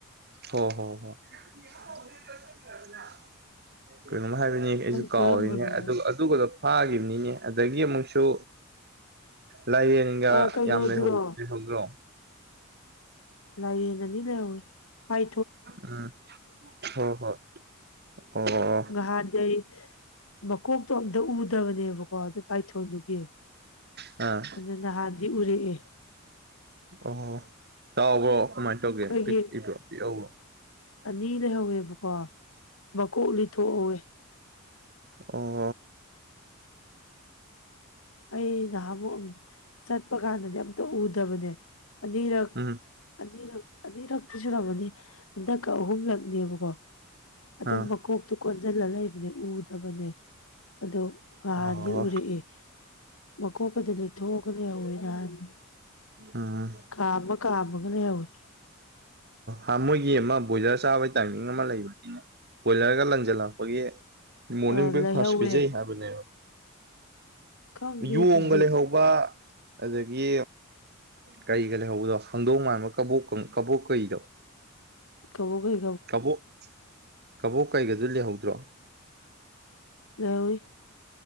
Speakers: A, on the right; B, on the left.
A: ꯍꯣ ꯍꯣ ꯍꯣ <unintelligible> ꯀꯩꯅꯣꯝ ꯍꯥꯏꯕꯅꯤ ꯑꯩꯁꯨ ꯀꯥꯎꯔꯤꯅꯦ
B: ꯀꯔꯝꯕꯅꯣ
A: ꯑꯗꯨꯒ
B: ꯍꯥꯏꯁꯦ
A: ꯑꯗꯨꯒꯗꯨ ꯐꯥꯈꯤꯕꯅꯤꯅꯦ ꯑꯗꯒꯤ ꯑꯃꯨꯛꯁꯨ ꯂꯥꯏꯌꯦꯡ ꯒ
B: ꯑꯥ ꯀꯩꯅꯣꯗꯨꯔꯣ
A: ꯌꯥꯝ ꯂꯩꯍꯧ ꯂꯩꯍꯧꯗ꯭ꯔꯣ
B: ꯂꯥꯏꯌꯦ ꯑꯥꯅꯤ ꯂꯩꯍꯧꯏ ꯄꯥꯏ
A: ꯎꯝ ꯍꯣ ꯍꯣ ꯑꯣ
B: ꯅꯍꯥꯟꯗꯤ ꯑꯩ ꯃꯀꯣꯛꯇꯣ ꯑꯝꯇ ꯎꯗꯕꯅꯦꯕꯀꯣ ꯑꯗꯨ ꯄꯥꯏꯊꯣꯟꯗꯨꯒꯤ
A: ꯑꯥ
B: ꯑꯗꯨ ꯅꯍꯥꯟꯗꯤ ꯎꯔꯛꯑꯦ
A: ꯑꯣ ꯆꯥꯎꯕ꯭ꯔꯣ ꯀꯃꯥꯏꯅ ꯇꯧꯒꯦ
B: ꯑꯩꯈꯣꯏꯒꯤ
A: ꯄꯤꯛꯏꯕ꯭ꯔꯣ ꯄꯤꯛꯕ꯭ꯔꯣ
B: ꯑꯅꯤ ꯂꯩꯍꯧꯋꯦꯕꯀꯣ ꯃꯀꯣꯛ ꯂꯤꯊꯣꯛꯍꯧꯋꯦ
A: ꯎꯝ
B: ꯑꯩ ꯅꯍꯥꯃꯨꯛ ꯆꯠꯄ ꯀꯥꯟꯗꯗꯤ ꯑꯝꯇ ꯎꯗꯕꯅꯦ ꯑꯅꯤꯔꯛ
A: ꯎꯝ
B: ꯑꯅꯤꯔꯛ ꯑꯅꯤꯔꯛꯇꯤ ꯁꯨꯔꯝꯃꯅꯤ ꯍꯟꯗꯛꯀ ꯑꯍꯨꯝꯂꯛꯅꯦꯕꯀꯣ ꯑꯗꯨꯝ
A: ꯑꯥ
B: ꯃꯀꯣꯛꯇꯨ ꯀꯣꯟꯖꯤꯜꯂ ꯂꯩꯕꯅꯦ ꯎꯗꯕꯅꯦ ꯑꯗꯣ ꯉꯍꯥꯟꯗꯤ
A: ꯑꯣ
B: ꯎꯔꯛꯏ ꯃꯀꯣꯛꯀ ꯗꯣ ꯂꯩꯊꯣꯛꯑꯒ ꯂꯩꯍꯧꯋꯦ ꯅꯍꯥꯟꯗꯤ
A: ꯎꯝ
B: ꯀꯥꯝꯃ ꯀꯥꯝꯃꯒ ꯂꯩꯍꯧꯋꯤ
A: ꯑꯣ ꯃꯣꯏꯒꯤ ꯑꯃ ꯕꯣꯏꯂꯔ ꯆꯥꯕꯒꯤ ꯇꯥꯏꯃꯤꯡ ꯑꯃ ꯂꯩꯕꯅꯤꯅꯦ ꯕꯣꯏꯂꯔꯒ ꯂꯪꯖꯜꯂꯛꯄꯒꯤ ꯃꯣꯔꯅꯤꯡ
B: ꯑ
A: ꯕ꯭ꯔꯦꯛꯐꯥꯁ
B: ꯂꯩꯍꯧꯋꯦ
A: ꯄꯤꯖꯩ ꯍꯥꯏꯕꯅꯦꯕ
B: ꯈꯪꯗꯦ
A: ꯌꯣꯡ
B: ꯑꯗꯨꯗꯤ
A: ꯒ ꯂꯩꯍꯧ ꯕꯥ ꯑꯗꯒꯤ ꯀꯩꯒ ꯂꯩꯍꯧꯕꯗꯣ ꯍꯪꯗꯣꯡ ꯃꯥꯟꯕ ꯀꯕꯣꯛꯀꯪ ꯀꯕꯣꯛ ꯀꯩꯗꯣ
B: ꯇꯧꯕꯒꯤ
A: ꯀꯕꯣꯛ ꯀꯕꯣꯛ ꯀꯩꯒꯗꯨ ꯂꯩꯍꯧꯗ꯭ꯔꯣ
B: ꯂꯩꯍꯧꯋꯤ